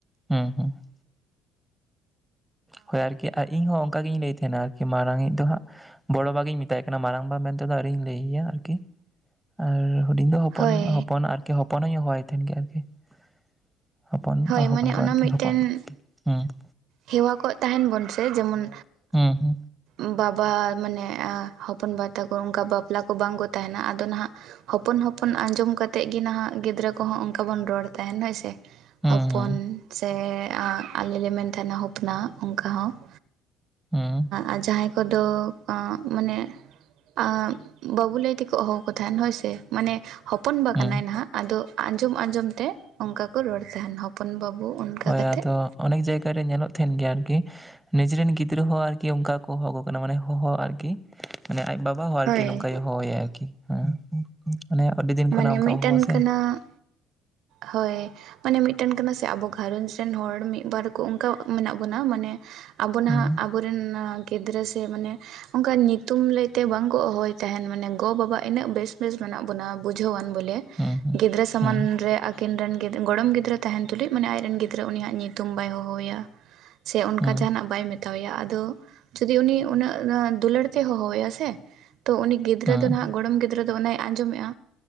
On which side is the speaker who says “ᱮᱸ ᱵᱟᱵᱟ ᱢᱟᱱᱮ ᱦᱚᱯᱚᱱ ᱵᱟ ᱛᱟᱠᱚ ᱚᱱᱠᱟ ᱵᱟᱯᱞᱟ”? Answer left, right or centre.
Right